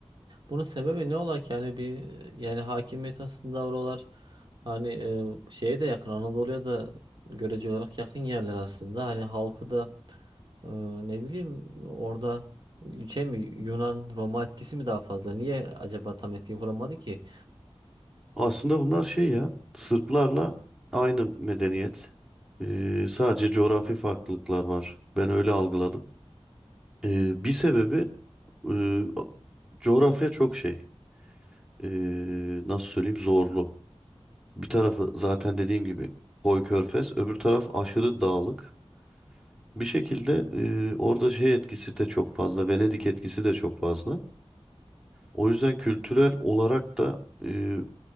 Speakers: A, on the right; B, in the centre.
A: Bunun sebebi ne ola ki? Yani bir yani hakimiyet aslında oralar hani e, şeye de yakın Anadolu'ya da görece olarak yakın yerler aslında. Hani halkı da e, ne bileyim orada şey mi Yunan Roma etkisi mi daha fazla? Niye acaba tam etki kuramadı ki?
B: Aslında bunlar şey ya Sırplarla aynı medeniyet. E, sadece coğrafi farklılıklar var. Ben öyle algıladım. E, bir sebebi e, coğrafya çok şey. E, nasıl söyleyeyim zorlu. Bir tarafı zaten dediğim gibi koy körfez, öbür taraf aşırı dağlık. Bir şekilde e, orada şey etkisi de çok fazla, Venedik etkisi de çok fazla. O yüzden kültürel olarak da e,